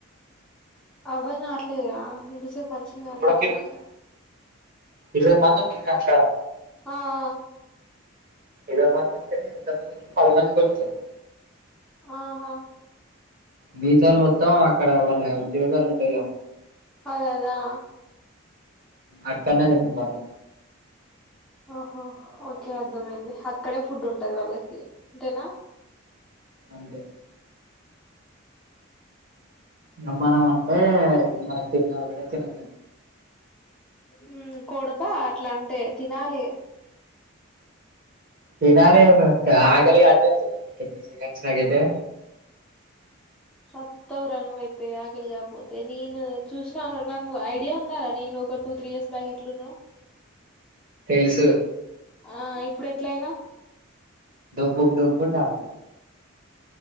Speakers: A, in the centre; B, on the right.
A: అర్థం కావట్లేదురా సెప్ మంచిగా అనిపించిందిప్పుడు
B: ఇప్పుడు ఒక ఇరవై ఇరవై మంది ఉంటారు అక్క
A: ఆ ఆ ఆ
B: ఇరవై మంది ఉంటే ఎంత మందికి పది మందికి వండుతారు
A: ఆహా
B: మిగతాల్ మొత్తం అక్కడ వాళ్ళ ఉద్యోగాలు ఉంటైగా
A: అదదె ఆ
B: అక్కనేే తింటారు వాళ్ళు
A: ఆహా ఓకే అర్ధమైంది అక్కడే ఫుడ్ ఉంటది వాళ్ళకి అంతేనా
B: అంతే ఏ మనం అంటే ఇగ మనకి తిన్న ఒకటే తిన
A: హ్మ్ కొడతా అట్లాంటే తినాలే
B: తినలే ఏమున్నదక్కా ఆకగాట్లేదు ఇక్కడికచ్చిన కాంచి నాకయితే
A: సత్తవుర నువయితే ఆగలిగాకపోతే నేను చూసినవారా నన్ను ఐడియా ఉందారా నేను ఒక టు త్రీ ఇయర్స్ బ్యాక్ ఎట్లున్ననో
B: తెలుసు
A: ఆ ఇప్పుడెట్లయినా
B: డబ్బుకు డబ్బు ఉండెఅప్పుడు